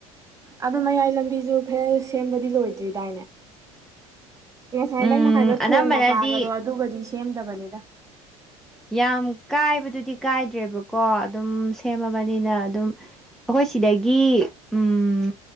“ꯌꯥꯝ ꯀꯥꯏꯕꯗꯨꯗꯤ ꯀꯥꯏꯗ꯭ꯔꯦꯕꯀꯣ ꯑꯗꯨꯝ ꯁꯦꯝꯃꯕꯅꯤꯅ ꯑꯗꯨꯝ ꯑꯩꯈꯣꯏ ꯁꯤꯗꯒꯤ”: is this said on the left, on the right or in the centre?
Centre